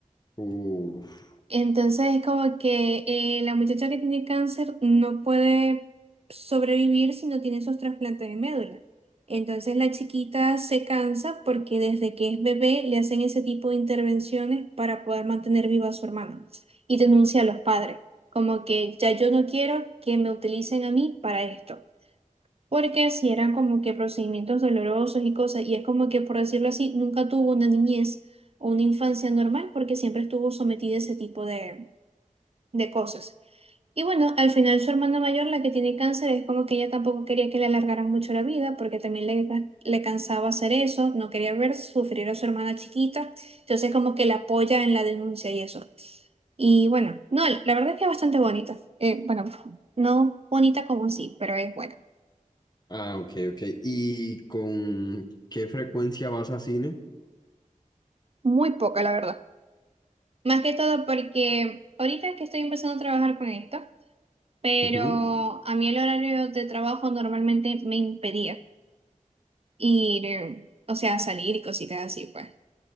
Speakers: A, on the left (about 30°); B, on the right (about 45°).
A: Uf.
B: Entonces es como que eh, la muchacha que tiene cáncer no puede sobrevivir si no tiene esos trasplantes de médula. Entonces la chiquita se cansa porque desde que es bebé le hacen ese tipo de intervenciones para poder mantener viva a su hermana pues, y denuncia a los padres, como que ya yo no quiero que me utilicen a mí para esto. Porque si eran como que procedimientos dolorosos y cosas, y es como que por decirlo así, nunca tuvo una niñez o una infancia normal porque siempre estuvo sometida a ese tipo de, de cosas. Y bueno, al final su hermana mayor, la que tiene cáncer, es como que ella tampoco quería que le alargaran mucho la vida, porque también le, le cansaba hacer eso, no quería ver sufrir a su hermana chiquita, entonces como que la apoya en la denuncia y eso. Y bueno, no, la verdad es que es bastante bonita. Eh, bueno, no bonita como sí, pero es buena.
A: Ah, ok, ok. ¿Y con qué frecuencia vas a cine?
B: Muy poca, la verdad. Más que todo porque ahorita es que estoy empezando a trabajar con esto, pero
A: Ujú.
B: a mí el horario de trabajo normalmente me impedía. ir, eh, o sea, salir y cositas así, pues.